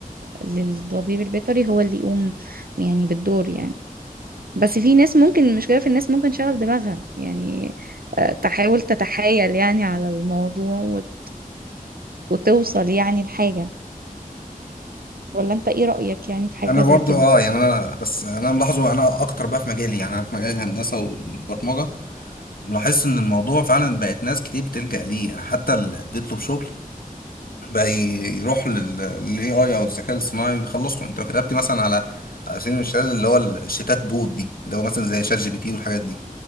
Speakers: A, on the right (about 80°); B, on the left (about 80°).
A: للطبيب البيطري هو اللي يقوم يعني بالدور يعني بس في ناس ممكن المشكلة في الناس ممكن تشغل دماغها يعني آه، تحاول تتحايل يعني على الموضوع وت... وتوصل يعني لحاجة ولا انت ايه رأيك يعني في حاجة
B: انا
A: زي
B: برضو
A: كده
B: اه يعني انا بس انا ملاحظه انا اكتر بقى في مجالي يعني انا في مجال الهندسه والبرمجه ملاحظ ان الموضوع فعلا بقت ناس كتير بتلجأ ليه يعني حتى اللي بيطلب شغل بقى يروح للاي اي او الذكاء الاصطناعي بيخلص له انت لو كتبت مثلا على على سبيل المثال اللي هو الشتات بوت دي اللي هو مثلا زي شات جي بي تي والحاجات دي